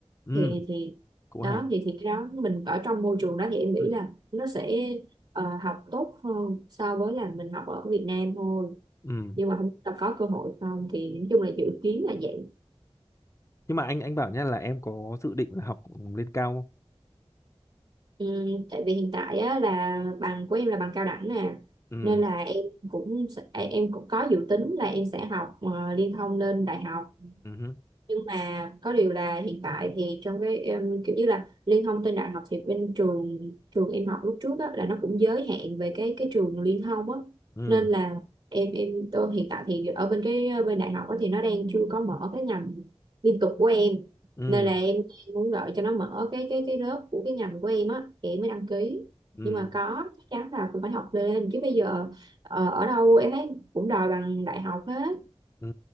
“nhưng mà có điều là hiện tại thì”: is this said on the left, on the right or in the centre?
Right